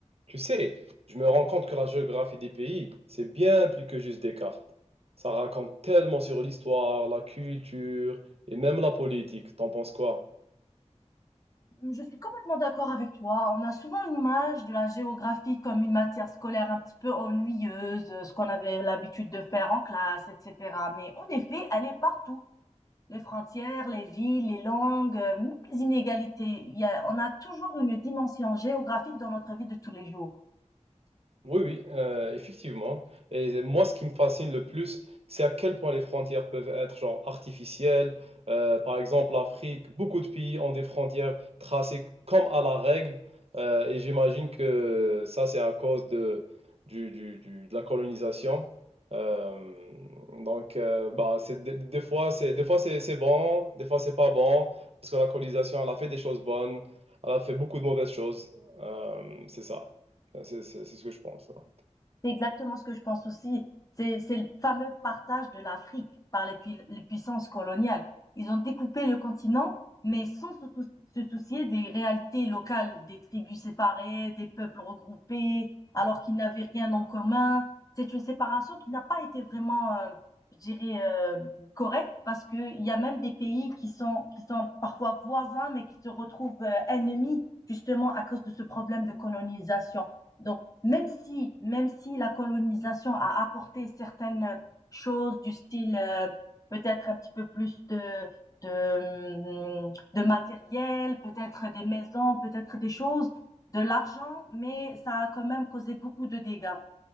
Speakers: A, on the right; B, on the left.
A: Tu sais, je me rends compte que la géographie des pays, c'est bien plus que juste des cartes. Ça raconte tellement sur l'histoire, la culture et même la politique. T'en penses quoi?
B: Je suis complètement d'accord avec toi. On a souvent l'image de la géographie comme une matière scolaire un petit peu ennuyeuse, euh, ce qu'on avait l'habitude de faire en classe, etc. Mais en effet, elle est partout. Les frontières, les villes, les langues, euh, même les inégalités. Il y a- on a toujours une dimension géographique dans notre vie de tous les jours.
A: Oui, oui, euh, effectivement. Et moi, ce qui me fascine le plus, c'est à quel point les frontières peuvent être genre artificielles. Euh, par exemple, l'Afrique, beaucoup de pays ont des frontières tracées comme à la règle. Euh, et j'imagine que ça, c'est à cause de, du, du- du- de la colonisation. Euh, donc, euh, bah, c'est, des, des fois, c'est, des fois c'est, c'est bon, des fois, c'est pas bon. Parce que la colonisation, elle a fait des choses bonnes, elle a fait beaucoup de mauvaises choses. Euh, c'est ça. Euh, C'est c'est- c'est ce que je pense. hein.
B: C'est exactement ce que je pense aussi. C'est, c'est le fameux partage de l'Afrique par les, pui- les puissances coloniales. Ils ont découpé le continent, mais sans se, sou- se soucier des réalités locales, des tribus séparées, des peuples regroupés, alors qu'ils n'avaient rien en commun. C'est une séparation qui n'a pas été vraiment, euh, je dirais, euh, correcte, parce qu'il y a même des pays qui sont, qui sont parfois voisins, mais qui se retrouvent euh, ennemis, justement, à cause de ce problème de colonisation. Donc, même si même si la colonisation a apporté certaines choses du style, heu, peut-être un petit peu plus de de, mmh, de matériel, peut-être des maisons, peut-être des choses, de l'argent, mais ça a quand même causé beaucoup de dégâts.